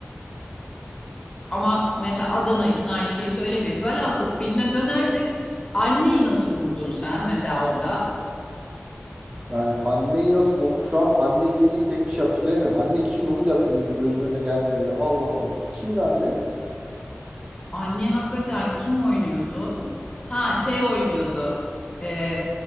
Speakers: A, on the left; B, on the right.
A: Ama mesela Adana için aynı şeyi söylemeyiz. Velhasıl filme dönersek anneyi nasıl buldun sen mesela orada?
B: yani anneyi nasıl buldum şu an anneyle ilgili pek bir şey hatırlayamıyorum anne kimdi onu bile hatırlayamıyorum gözümün önüne gelmiyor ya Allah Allah kimdi anne
A: Anne hakikaten kim oynuyordu? Ha şey oynuyordu. E,